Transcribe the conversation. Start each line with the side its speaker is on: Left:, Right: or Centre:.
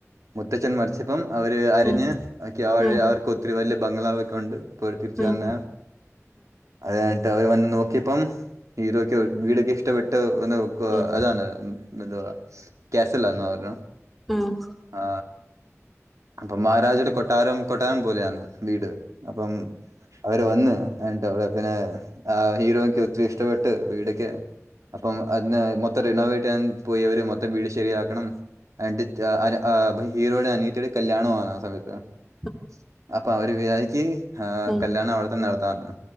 Right: മുത്തച്ഛൻ മരിച്ചപ്പം അവര് അരിഞ്ഞ്
Centre: ഉം
Right: ആക്കി <unintelligible>
Centre: ഉം
Right: ബംഗ്ലാവ് ഒക്കെ ഉണ്ട് അപ്പൊ ഓര് തിരിച്ചു
Centre: ഉം ഉം ഉം ഉം ഉം
Right: വന്ന അ കഴിഞ്ഞിട്ട് അവർ വന്ന് നോക്കിയപ്പം ഹീറോയ്ക്ക് വീടൊക്കെ ഇഷ്ടപ്പെട്ട് ഒന്ന്ഒക്കു
Centre: ഉം ഉം ഉം ഉം ഉം ഉം ഉം
Right: അതാണ് എന്തോ കാസൽ ലാനു
Centre: ഉം
Right: <unintelligible> ആ അപ്പൊ മഹാരാജയുടെ കൊട്ടാരം കൊട്ടാരം പോലെയാന്ന് വീട് അപ്പം അവര് വന്ന് എന്നിട്ട് അവിടെ പിന്നെ <unintelligible> ക്കെ ഒത്തിരി ഇഷ്ടപ്പെട്ട് ട്ട് വീടക്കെ അപ്പം അതിന് മൊത്തം റിനോവേറ്റ് ചെയ്യാൻ പോയവര് മൊത്തം വീട് ശരിയാക്കണം <unintelligible> ഹീറോയുടെ അനിയത്തീടെ കല്യാണ ആന്ന് ആ സമയത്ത് <unintelligible>
Centre: ഉം ഉം
Right: അവര് <unintelligible>
Centre: ഉം
Right: കല്യാണം അവിടെത്തന്നെ നടത്താന്ന്